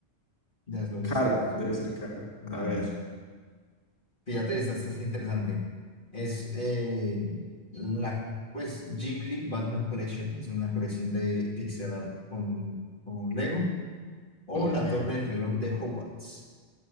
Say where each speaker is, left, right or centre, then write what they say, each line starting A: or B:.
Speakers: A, on the left (about 45°); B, on the left (about 15°).
A: Ya solo
B: Caro,
A: eso, eso,
B: debe ser caro.
A: Bueno,
B: A ver.
A: fíjate, esta, esta es interesante. Es eh, la, pues, Jim Lee Batman Collection. Es una colección de pixel art con, con Lego. O
B: Ok,
A: la Torre del Reloj de Hogwarts.